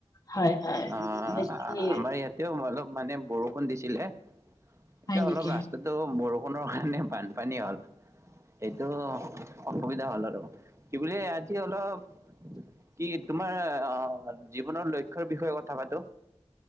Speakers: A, on the left; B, on the right.
A: হয় হয়
B: অ',
A: বেছি
B: আমাৰ ইয়াতেওঁ অলপ মানে বৰষুণ দিছিলে, এতিয়া
A: হয় নেকি
B: অলপ ৰাস্তাটো বৰষুণৰ কাৰণে বান পানী হ'ল, এইটো অসুবিধা হ'ল আৰু কি বুলি আজি অলপ কি, তোমাৰ অ', জীৱনৰ লক্ষ্যৰ বিষয়ে কথা পাতো।